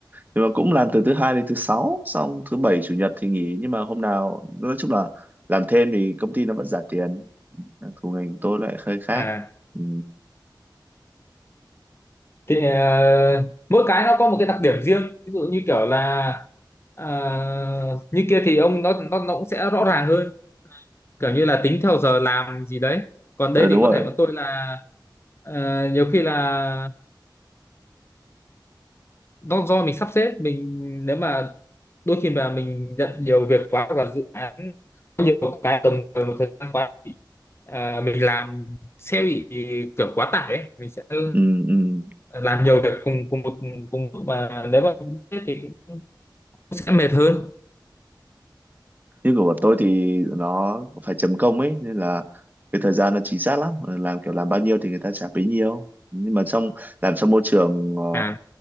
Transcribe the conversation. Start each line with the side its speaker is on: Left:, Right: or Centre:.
Right: nhưng mà cũng làm từ thứ hai đến thứ sáu xong thứ bảy chủ nhật thì nghỉ nhưng mà hôm nào nói chung là làm thêm thì công ty nó vẫn trả tiền thủ ngành tôi lại hơi khác
Left: à
Right: ừ.
Left: thì ờ, mỗi cái nó có một cái đặc điểm riêng ví dụ như kiểu là ờ, như kia thì ông nó nó nó cũng sẽ rõ ràng hơn kiểu như là tính theo giờ làm gì đấy còn đây
Right: ờ đúng
Left: thì có
Right: rồi
Left: thể bọn tôi là ờ, nhiều khi là nó do mình sắp xếp mình nếu mà đôi khi mà mình nhận nhiều việc quá hoặc là dự án có nhiều cái tầm một thời gian quá thì, à, mình làm sẽ bị kiểu quá tải ấy. Mình sẽ ờ,
Right: ừ, ừ.
Left: làm nhiều việc cùng cùng một cùng lúc mà nếu mà thế thì cũng sẽ mệt hơn
Right: như của bọn tôi thì nó phải chấm công ấy nên là cái thời gian nó chính xác lắm Ờ, làm kiểu làm bao nhiêu thì người ta trả bấy nhiêu nhưng mà trong làm trong môi trường ờ
Left: à